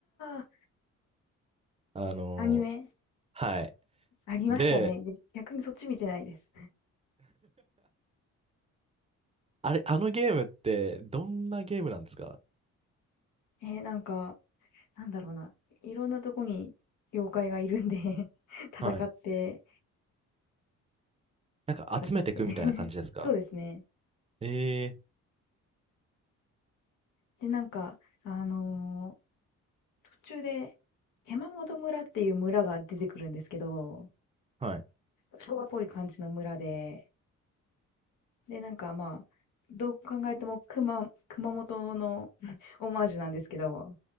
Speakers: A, on the left; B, on the right.
A: あ、
B: あのー
A: アニメ
B: はい。
A: ありましたね。
B: で、
A: ぎ逆にそっち見てないです。
B: あれ、あのゲームってどんなゲームなんですか
A: えー、なんか、なんだろうな、いろんなとこに妖怪がいるんで <laughs> 戦って、
B: はい。なんか集めていくみたいな感じですか
A: 戦って <laughs> そうですね。
B: ええ
A: で、なんか、あのー途中で、手間本村っていう村が出てくるんですけど、
B: ーはい。
A: 昭和っぽい感じの村で、で、なんかまあ、どう考えても熊、熊本の <laughs> オマージュなんですけど、